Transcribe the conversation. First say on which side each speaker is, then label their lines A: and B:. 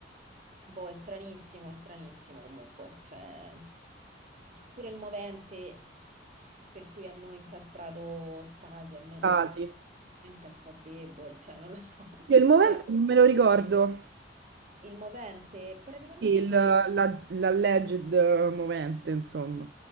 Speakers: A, on the right; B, on the right.
A: Boh, è stranissimo, è stranissimo comunque, cioè pure il movente per cui hanno incastrato Stasi, a me mm,
B: Ah, sì.
A: mente è un po' debole, cioè non lo so.
B: Io
A: <laughs>
B: il movente
A: Poi,
B: non me lo ricordo.
A: il movente praticamente
B: Sì, il- la, l'alleged movente, insomma.